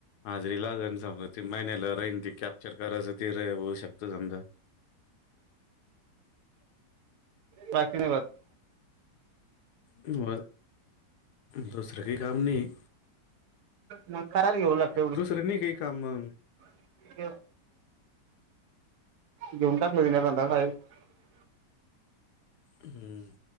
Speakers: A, on the left; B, on the right.
A: हजरी लागल समजा ती महिन्याला राहीन ती कॅप्चर करायचं ती र होऊ शकत समजा. <inaudible>
B: बाकी नाही वात
A: म, दुसर काही काम नाही.
B: मग कायला घेऊ लागत एवढी
A: दुसरं नाही का काम म.
B: <unintelligible> घेऊन टाकलं <unintelligible>
A: हम्म.